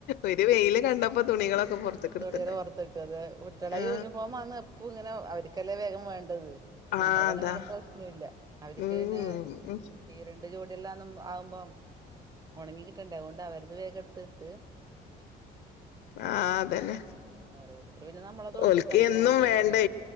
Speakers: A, on the left; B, on the right.
A: ഒരു വെയില് കണ്ടപ്പോ തുണികളൊക്കെ പൊറത്ത്ക്ക്
B: തൊടില്
A: എടുത്തിണ്ട്
B: പുർത്തിട്ടത് കുട്ട്യളെ
A: ആ
B: യൂണിഫോം ആന്ന് പ്പോ ങ്ങനെ അവർക്കല്ലേ വേഗം വേണ്ടത്
A: ആ
B: നമ്മൾ തന്നെ
A: അതാ
B: പിന്നെ പ്രശ്നല്ല അവർക്ക്
A: ഉം
B: പിന്നെ
A: ഉം
B: ഈ രണ്ട് ജോഡി ആവുമ്പോ ഉണങ്ങി കിട്ടണ്ടേ അതോണ്ടാ അത് വേഗട്ത്തിട്
A: ആ അതന്നെ
B: അവര് കൊടുത്തിട്ട് പിന്നെ നമ്മളത് കൊടുത്തിട്ട്
A: ഓൽക്ക്
B: അപ്പൊ
A: എന്നും
B: നോക്കിക്കന്നെ
A: വേണ്ടേ